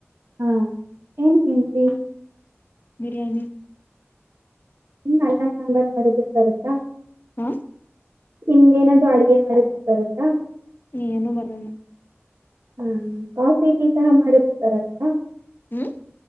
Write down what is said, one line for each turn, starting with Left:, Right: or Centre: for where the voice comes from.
Right: ಹಾ ಏನ್ ತಿಂದ್ರಿ
Left: ಬಿರಿಯಾನಿ
Right: ನಿಮಗೆ ಅನ್ನ ಸಾಂಬಾರು ಮಾಡೋದು ಬರುತ್ತಾ.
Left: ಹಾ
Right: ನಿಮ್ಗೆ ಏನಾದ್ರೂ ಅಡುಗೆ ಮಾಡೋದಕ್ಕೆ ಬರುತ್ತಾ.
Left: ಹ ಏನೂ ಬರಲಿಲ್ಲ
Right: ಹ್ಮ್ ಕಾಫಿ ಟೀ ಸಹ ಮಾಡುದಕ್ಕೆ ಬರಲ್ವಾ
Left: ಹ್ಮ್